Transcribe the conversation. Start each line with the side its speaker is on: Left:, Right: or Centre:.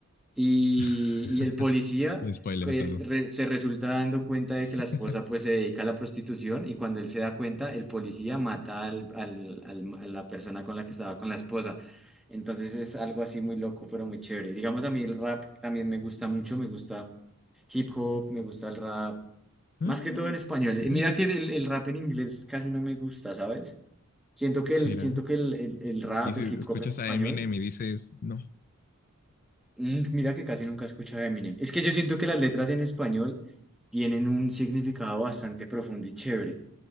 Centre: y,
Left: <laughs>
Centre: y el policía
Left: Me spoileo
Centre: que
Left: todo.
Centre: es- re- se resulta dando cuenta de
Left: <laughs>
Centre: que la esposa pues se dedica a la prostitución y cuando él se da cuenta, el policía mata al, al- al- a la persona con la que estaba con la esposa. Entonces es algo así muy loco, pero muy chévere. Digamos, a mí el rap también me gusta mucho, me gusta hip hop, me gusta el rap,
Left: Ah,
Centre: más que
Left: mira,
Centre: todo en español.
Left: está bien.
Centre: Y Mira que el, el rap en inglés casi no me gusta, ¿sabes? Siento
Left: ¿Será?
Centre: que el, siento que el, el el rap,
Left: Y si
Centre: el hip
Left: escuchas
Centre: hop en español
Left: a Eminem y dices, no,
Centre: Mm, Mira que casi nunca escucho a Eminem. Es que yo siento que las letras en español tienen un significado bastante profundo y chévere.